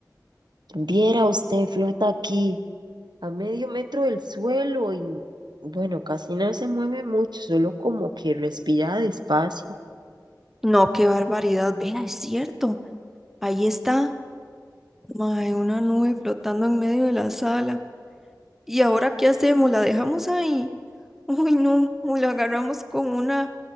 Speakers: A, on the right; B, in the centre.
A: Viera usted, flota aquí. a medio metro del suelo y bueno, casi no se mueve mucho, solo como que respira despacio.
B: No, qué barbaridad. Vea, es cierto. Ahí está. Mae, una nube flotando en medio de la sala. ¿Y ahora qué hacemos? ¿La dejamos ahí? <laughs> Uy, no. O la agarramos con una,